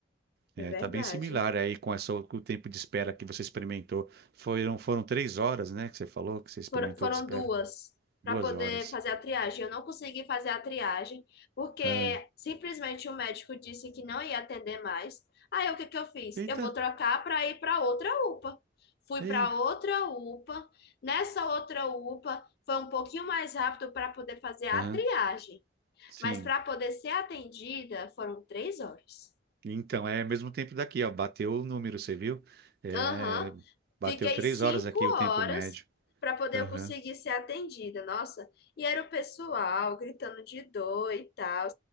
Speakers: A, on the left (about 55°); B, on the right (about 55°).
A: É
B: É,
A: verdade.
B: tá bem similar aí com essa, com o tempo de espera que você experimentou. Foram, foram três horas, né, que você falou que você experimentou
A: Foram, foram
B: de espera.
A: duas para
B: Duas
A: poder
B: horas.
A: fazer a triagem. Eu não consegui fazer a triagem porque
B: Ah,
A: simplesmente o médico disse que não ia atender mais. Aí o que que eu fiz?
B: eita,
A: Eu vou trocar para ir para outra UPA. Fui
B: eita.
A: para outra UPA. Nessa outra UPA foi um pouquinho mais rápido para poder fazer a
B: Aham,
A: triagem,
B: sim.
A: mas para poder ser atendida foram três horas.
B: Então, é mesmo tempo daqui, ó. Bateu o número, você viu? É,
A: Aham.
B: bateu
A: Fiquei
B: três
A: cinco
B: horas aqui o tempo
A: horas
B: médio.
A: para poder
B: Aham.
A: eu conseguir ser atendida, nossa. E era o pessoal gritando de dor e tal.